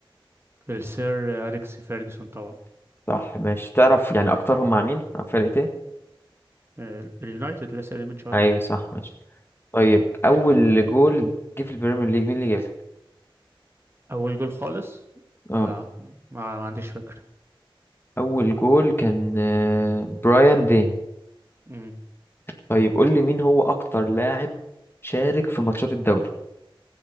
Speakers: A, on the right; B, on the left.
A: السير آه، أليكس فيرجسون طبعا
B: صح ماشي تعرف يعني أكترهم مع مين؟ مع فرقة إيه؟
A: آه، اليونايتد لسه قايل من شوية
B: أيوه صح ماشي طيب أول جول جه في البريمير ليج مين اللي جابه؟
A: أول جول خالص
B: اه
A: لا ما, ما عنديش فكرة
B: أول جول كان آه، برايان دين
A: مم.
B: طيب قول لي مين هو أكتر لاعب شارك في ماتشات الدوري؟